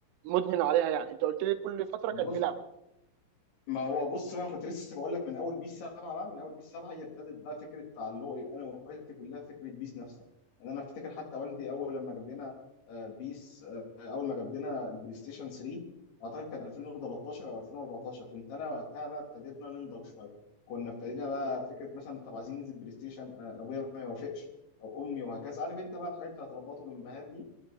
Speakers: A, on the right; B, on the left.
A: مدمن عليها يعني انت قلت لي كل فتره
B: بص
A: كان في لعبه
B: ما هو بص بقى كنت لسه بقول لك من اول بيس 7 بقى من اول بيس 7 هي ابتدت بقى فكره تعلقي انا واخواتي كلها فكره بيس نفسها ان انا افتكر حتى والدي اول لما جاب لنا آه، بيس آه، اول ما جاب لنا البلاي ستيشن 3 اعتقد كان 2013 او 2014 كنت انا وقتها بقى ابتدينا ننضج شويه كنا ابتدينا بقى
A: مم.
B: فكره مثلا طب عايزين ننزل بلاي ستيشن آه، ابويا ما يوافقش او امي وهكذا عارف انت بقى الحاجات بتاعت ربات الامهات دي